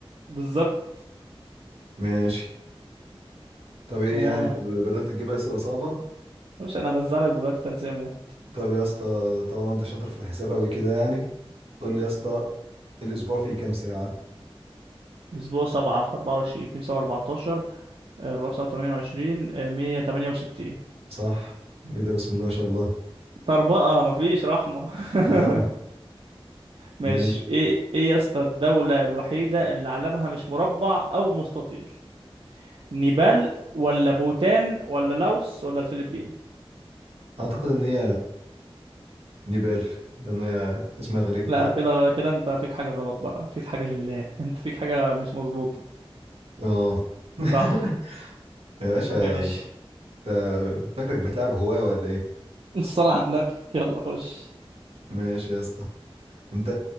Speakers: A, on the right (about 65°); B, on the right (about 80°).
A: بالظبط
B: ماشي طب ايه
A: اه
B: يعني طب بدات تجيب اسئله صعبه
A: باشا انا هرزع لك دلوقتي تلاتة مو
B: طب يا اسطى طالما انت شاطر في الحساب قوي كده يعني قول لي يا اسطى الاسبوع فيه كام ساعه
A: الاسبوع سبعة في اربعة وعشرين اتنين سبعة اربعتاشر اربعة وسبعة تمانية وعشرين آه، مية تمانية وستين
B: صح ايه ده بسم الله ما شاء الله
A: طربقة مفيش رحمة <laughs>
B: اه
A: ماشي
B: ماشي
A: ايه ايه يا اسطى الدولة الوحيدة اللي علمها مش مربع او مستطيل نيبال ولا بوتان ولا لاوس ولا الفلبين
B: اعتقد ان هي نيبال لان هي اسمها غريب
A: لا
B: كده
A: كده كده انت فيك حاجة غلط بقى فيك حاجة لله انت فيك حاجة مش مظبوطة
B: اه <laughs>
A: صح
B: يا باشا
A: ماشي <laughs>
B: انت فاكرك بتلعب هواه ولا ايه
A: الصلاة على النبي يلا خش
B: ماشي يا اسطى انت